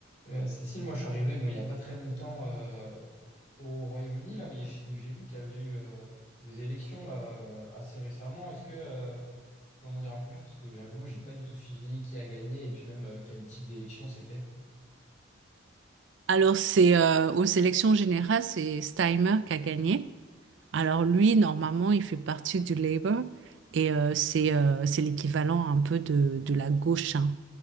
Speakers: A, on the left; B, on the right.
A: Euh, Cécile, moi je suis arrivé bon, il n'y a pas très longtemps euh, au Royaume-Uni, là, mais je- donc, j'ai vu qu'il y avait eu euh, des élections là, euh, assez récemment. Est-ce que euh, tu peux m'en dire un peu plus? Parce que j'avoue, j'ai pas du tout suivi qui a gagné et puis même euh, quel type d'élection c'était.
B: Alors, c'est euh, aux élections générales, c'est Steimer qui a gagné. Alors, lui, normalement, il fait partie du Labour et euh, c'est euh, c'est l'équivalent un peu de, de la gauche. hein.